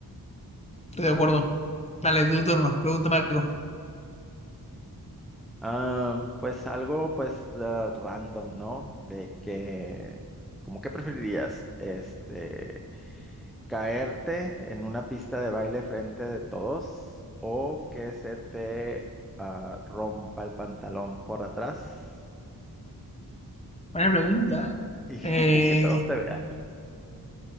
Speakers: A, on the left; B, in the centre.
A: Estoy de acuerdo. Dale, tu turno, pregúntame algo.
B: Ah, pues algo, pues ah, random, ¿no? De que, ¿cómo que preferirías? Este. caerte en una pista de baile frente de todos o que se te ah, rompa el pantalón por atrás
A: Buena pregunta.
B: <laughs> y,
A: Eh,
B: todos te vean.